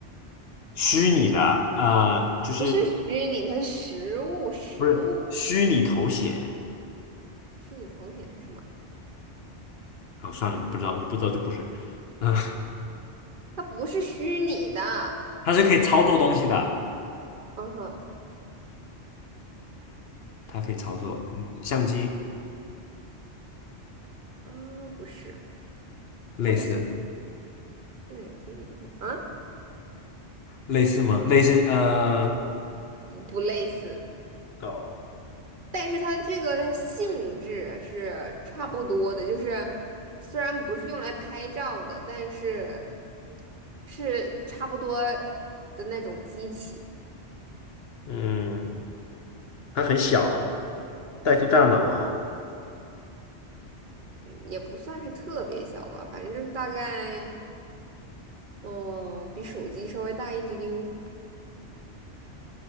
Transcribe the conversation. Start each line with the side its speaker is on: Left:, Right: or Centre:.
Left: 虚拟的，呃，就
Right: 不是虚拟它是实物，实物
Left: 不是虚拟头显。
Right: 虚拟头显是什么？
Left: 哦，算了，你不知道，你不知道就不是。嗯，
Right: 它不是虚拟的。
Left: <laughs> 它是可以操作东西的，
Right: 嗯哼，
Left: 它可以操作，嗯，相机
Right: 啊，不是，
Left: 类似
Right: 它比现也似哪种啊？
Left: 类似吗？类似呃，
Right: 不不类似，
Left: 哦，
Right: 但是它这个性质是差不多的，就是虽然不是用来拍照的，但是是差不多的那种机器，
Left: 嗯，它很小，代替大脑。
Right: 嗯，也不算是特别小吧，反正就是大概。嗯，比手机稍微大一丢丢，